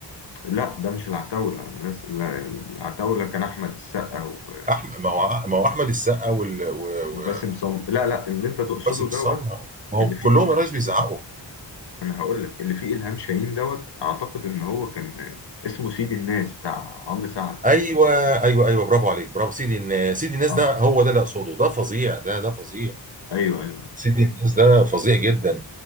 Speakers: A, on the left; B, on the right.
A: لا ده مش العتاولة الناس لا، العتاولة كان أحمد السقا و-
B: احمد ما هو ما هو احمد السقا وال- و-
A: وباسم سمرة لا لا اللي أنت تقصده
B: وباسم
A: دوت
B: السمره ما هو
A: اللي فيه
B: كلهم
A: إلهام
B: يا ريس
A: شاهين
B: بيزعقوا
A: أنا هقول لك اللي فيه إلهام شاهين دوت أعتقد إن هو كان اسمه سيد الناس بتاع عمرو سعد
B: ايوه ايوه ايوه برافو عليك برافو سيدي الناس سيدي الناس
A: أه
B: ده هو ده اللي اقصده ده فظيع ده ده فظيع
A: أيوه أيوه
B: سيدي الناس ده فظيع جدا